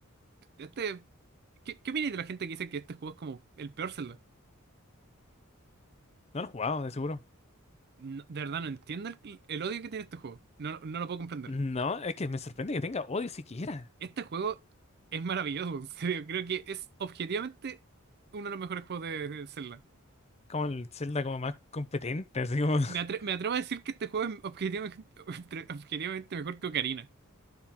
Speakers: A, on the right (about 50°); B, on the left (about 30°).
A: Este, ¿qué, qué opinas de la gente que dice que este juego es como el peor Zelda?
B: No lo he jugado, de seguro.
A: No, de verdad no entiendo el, el odio que tiene este juego. No, no lo puedo comprender.
B: No, es que me sorprende que tenga odio siquiera.
A: Este juego es maravilloso, en serio. Creo que es objetivamente uno de los mejores juegos de de Zelda.
B: Como el Zelda como más competente, así como...
A: Me
B: <laughs>
A: me atre- me atrevo a decir que este juego es objetivamente, <laughs> objetivamente mejor que Ocarina.